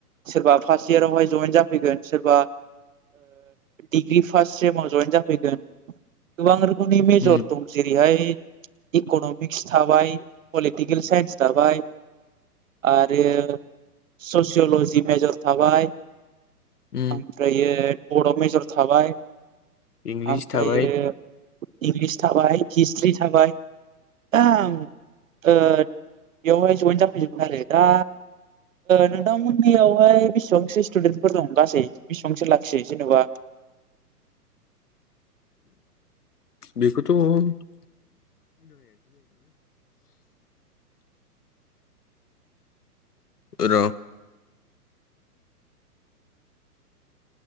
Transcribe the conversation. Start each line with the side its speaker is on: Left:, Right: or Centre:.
Right: सोरबा फार्स्ट इयारावहाय जयेन जाफैगोन सोरबा डिग्रि फार्स्ट सेमाव जयेन जाफैगोन गोबां रोखोमनि मेजर
Left: उम
Right: दं। जेरैहाय इक'नमिक्स थाबाय पलिटिकेल साइन्स थाबाय आरो ससियल'जि मेजर थाबाय।
Left: उम
Right: ओमफ्रायो बरआव मेजर थाबाय।
Left: इंलिस
Right: ओमफ्रायो
Left: थाबाय
Right: इंलिस थाबाय हिस्ट्रि थाबाय। ओम ओ बेवहाय जइेन जाफैजोबमोन आरोै दा नोंथांमोननियावहाय बेसेबांसो स्टुडेन्टफोर दं गासै बेसेबांसो लाखियोै जेन'बा।
Left: बेखौथ' <unintelligible> र